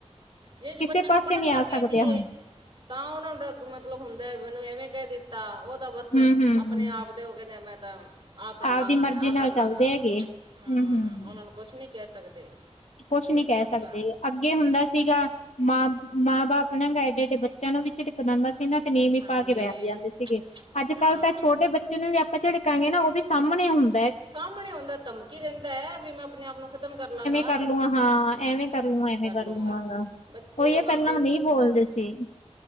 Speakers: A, on the right; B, on the left.
A: ਜੇ ਜੇ
B: ਕਿਸੇ
A: ਬੱਚੇ ਨੂੰ
B: ਪਾਸੇ
A: ਪੜਨ
B: ਨਹੀਂ
A: ਦਾ
B: ਆ
A: ਕਹਿ
B: ਸਕਦੇ
A: ਦੀਏ
B: ਹੁਣ
A: ਤਾਂ ਉਹਨੂੰ ਡਰੱਗ ਮਤਲਬ ਹੁੰਦਾ ਮੈਨੂੰ ਐਵੇਂ ਕਹਿ ਦਿੱਤਾ ਉਹ ਤਾਂ ਬਸ ਆਪਣੇ
B: ਹਮ ਹਮ
A: ਆਪ ਦੇ ਉਹ ਕਹਿੰਦੇ ਆ ਮੈਂ ਤਾਂ ਆਹ ਕਰ
B: ਆਪਦੀ
A: ਲਾਗਾ ਮੈਂ
B: ਮਰਜ਼ੀ
A: ਆਹ
B: ਨਾਲ
A: ਕਰ
B: ਚੱਲਦੇ
A: ਲਾਗਾ,
B: ਹੈਗੇ ਹਮ
A: ਹੂੰ
B: ਹਮ
A: ਓਨਾਂ ਨੂੰ ਕੁਛ ਨੀ ਕਹਿ ਸਕਦੇ।
B: ਕੁਛ ਨੀ
A: ਬੱਚਿਆਂ
B: ਕਹਿ
A: ਨੂੰ
B: ਸਕਦੇ
A: ਤਾਂ
B: ਗੇ। ਅੱਗੇ ਹੁੰਦਾ ਸੀਗਾ, ਮਾਂ, ਮਾਂ- ਬਾਪ ਨਾ ਗ ਐਡੇ- ਐਡੇ ਬੱਚਿਆਂ ਨੂੰ ਵੀ ਝਿੜਕ ਦਿੰਦਾ ਸੀ ਨਾ ਨੀਮੀ
A: ਹਾਂਜੀ
B: ਪਾ ਕੇ ਬੈਠ ਜਾਂਦੇ ਸੀਗੇ, ਅੱਜ-ਕੱਲ
A: ਹਾਂ
B: ਤਾਂ ਛੋਟੇ ਬੱਚੇ ਨੂੰ ਵੀ ਅ ਆਪਾ ਝੜਕਾਂਗੇ ਨਾ ਉਹ ਵੀ ਸਾਹਮਣੇ ਹੁਣ
A: ਸਾਹਮਣੇ ਆਉਂਦਾ ਧਮਕੀ ਦਿੰਦੈ ਵੀ ਮੈਂ ਆਪਣੇ ਆਪ ਨੂੰ ਖ਼ਤਮ ਕਰ ਲਾਗਾ।
B: ਕਰਲੂੰ ਹਾਂ ਐਵੇਂ ਕਰਲੂ ਐਵੇਂ ਕਰਲੂ
A: ਲਵਾਂਗਾ
B: ਗਾ,
A: ਬੱਚੇ
B: ਓਹੀ ਆ
A: ਮਾਪਿਓ
B: ਪਹਿਲਾਂ ਨ‌ਈ ਬੋਲਦੇ ਸੀ।